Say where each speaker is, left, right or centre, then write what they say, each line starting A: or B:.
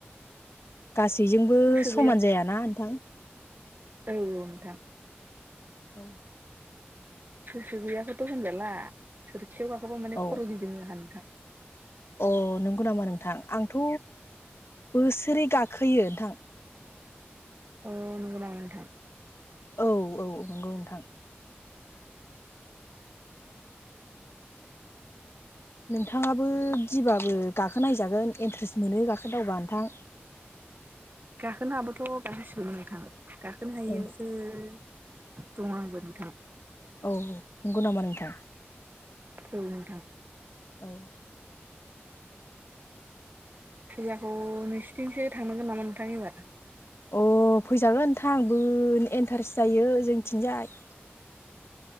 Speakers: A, on the left; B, on the right.
A: गासैजोंबो
B: गोसो
A: समान
B: गैया
A: जायाना नोंथां।
B: औ औ नोंथां।
A: औ
B: गोसो गैयाखौथ होनजाला सोरखियाव गाखोबा माने
A: औ
B: खर गिदिङो आंहा नोंथां।
A: अ नंगौ नामा नोंथां आंथ बोसोरे गाखोयो नोंथां।
B: अ नंगौ नामा नोंथां?
A: औ औ नंगौ नोंथां नोंथाङाबो गिबाबो गाखोनायजागोन इन्ट्रेस्ट मोनो गाखोदावबा नोंथां। <inaudible>
B: गाखोनो हायाबाथ गाखोसिगौलै नोंथां गाखोनो हायियावसो
A: औ
B: दं आंबो नोंथां
A: औ नंगौ नामा नोंथां
B: औ नोंथां
A: औ
B: फुजाखौ नोंसिनिथिंसो थांनांगोन नामा नोंथां एबार?
A: अ फैजागोन नोंथां बो इन्टारेस्ट जायो जोंनिथिंजाय